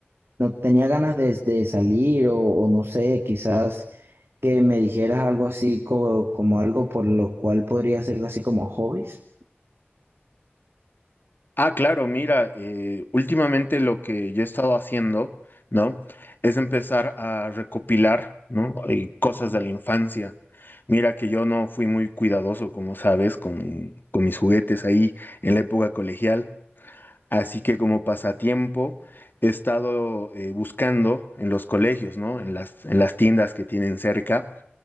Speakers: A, on the right; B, on the left.
A: no tenía ganas de, de salir o, o no sé, quizás que me dijeras algo así como, como algo por lo cual podría ser así como hobbies.
B: Ah, claro, mira, eh, últimamente lo que yo he estado haciendo, ¿no? Es empezar a recopilar, ¿no? Eh, cosas de la infancia. Mira que yo no fui muy cuidadoso, como sabes, con, con mis juguetes ahí en la época colegial. Así que como pasatiempo he estado eh, buscando en los colegios, ¿no? En las, en las tiendas que tienen cerca